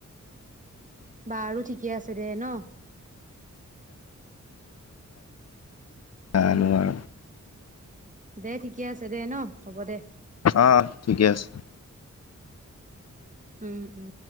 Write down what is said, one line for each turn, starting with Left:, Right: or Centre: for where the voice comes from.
Right: বা আৰু ঠিকে আছে দে ন
Left: কাৰাৰ
Right: উম উম দে ঠিকে আছে দে ন হ'ব দে
Left: অ ঠিকে আছে
Right: উম উম